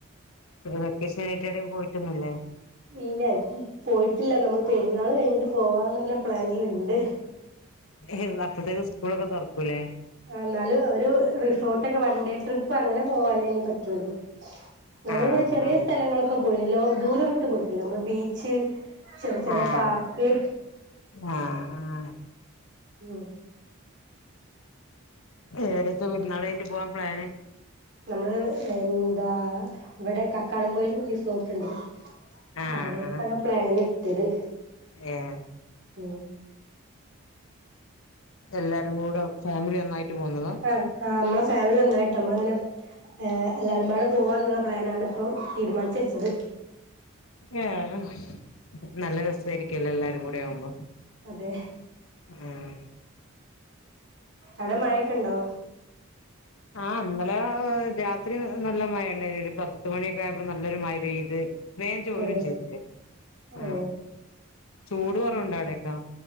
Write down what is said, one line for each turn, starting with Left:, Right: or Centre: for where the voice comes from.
Left: പിന്നെ വെക്കേഷനായിട്ട് ഏടെം പോയിട്ടൊന്നുല്ലേ
Right: ഇല്ല പോയിട്ടില്ല നമ്മള് പെരുന്നാള് കഴിഞ്ഞിട്ട് പോവാന്നുള്ള പ്ലാനില് ണ്ട്
Left: ഏഹ് അപ്പോത്തേക് സ്കൂളൊക്കെ തൊറക്കൂല്ലേ
Right: ആഹ് എന്നാലും ഒരു റിസോർട്ടൊക്കെ വൺ ഡേ ട്രിപ്പ് അങ്ങനെ പോവാനേനി പറ്റൊള്ളൂ നമ്മളിങ്ങനെ
Left: ആഹ്
Right: ചെറിയ
Left: ആഹ്
Right: സ്ഥലങ്ങളൊക്കെ പോയിണ് ലോ ദൂരം വിട്ട് പോയിട്ടില്ല നമ്മള് ബീച്ച് ചെറിയ ചെറിയ
Left: ആഹ്
Right: പാർക്ക്
Left: ആഹ് ആഹ്
Right: ഉം
Left: ഏടെക്ക പെരുന്നാളഴിഞ്ഞ്ട്ട് പോവാൻ പ്ലാന്
Right: നമ്മള് എന്താ ഇവടെ കക്കാടം പോയില് റിസോർട്ട്ണ്ട്
Left: ആഹ്
Right: അവിടേക്കാണ്
Left: ആഹ്
Right: പ്ലാന്ട്ടത്
Left: ഏഹ്
Right: ഉം
Left: എല്ലാരും കൂടെ ഫാമിലി ഒന്നായിട്ട് പോകുന്നതാ
Right: അ ആഹ് മ്മള് ഫാമിലി ഒന്നായിട്ട് നമ്മള്ങ്ങനെ ഏഹ് എല്ലാരുംപാടെ പോവാന്ന്ള്ള പ്ലാനപ്പം തീരുമാൻച്ചച്ചത്
Left: ഏഹ് ഹും നല്ല രസായിരിക്കല്ലോ എല്ലാരും കൂടെ ആവുമ്പോ
Right: അതെ
Left: ഉം
Right: അവ്ടെ മയൊക്കെണ്ടോ
Left: ആ ഇന്നലെ രാത്രി നല്ല മഴ ഇണ്ടായിനി ഒരു പത്ത്മണിയൊക്കായപ്പം നല്ലൊരു മഴ പെയ്ത് വേം ചോരും
Right: ഉം
Left: ചെയ്തിക്ക് ആ
Right: ഓഹ്
Left: ചൂട് കൊറവ്ണ്ടോ അവിടെക്കാ